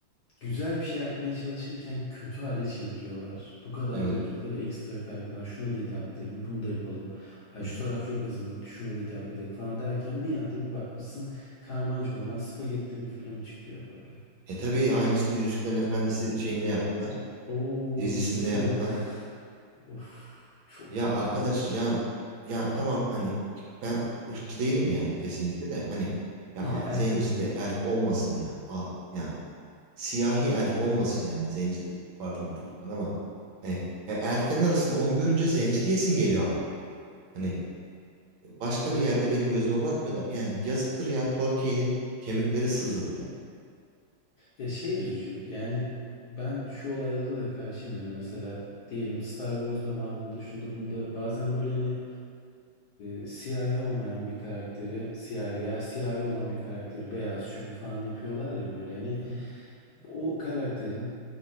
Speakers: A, on the left; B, on the right.
A: güzel bir şey yapmaya çalışırken kötü hale çeviriyorlar. Bu kadar
B: Evet.
A: duydukları ekstra kaygıdan şuna da hitap edelim, bunu da yapalım. Ay
B: Hı
A: şu
B: hı.
A: taraf çok azınlık, şuna da hitap edelim falan derken bir anda bir bakmışsın karman çorman spagetti bir film çıkıyor böyle.
B: E tabii aynısını Yüzüklerin Efendisi şeyinde yaptılar.
A: Oo
B: Dizisinde
A: dizizdi.
B: yaptılar.
A: <laughs> Of çok
B: Ya
A: kötüydü.
B: arkadaş ya ya tamam hani ben ırkçı değilim yani kesinlikle de hani ya
A: <laughs>
B: zenci
A: Elf olaydı.
B: de elf olmasın ya. A- ya siyahi elf olmasın yani zenci dedim. Pardon buradan ama e, e, elflerin arasında onu görünce zenci diyesim geliyor ama. Hani başka
A: Ya,
B: bir yerde benim gözüme batmıyor da yani yazıktır ya Tolkien'in kemikleri sızladı yani.
A: ya şey üzücü yani ben şu olaylara da karşıyım hani mesela diyelim Star Wars'da Marvel'da şunda bunda bazen böyle hani e, siyahi olmayan bir karakteri siyahi veya siyahi olan bir karakteri beyaz şu bu falan yapıyorlar ya böyle hani
B: Hı hı.
A: o karakterin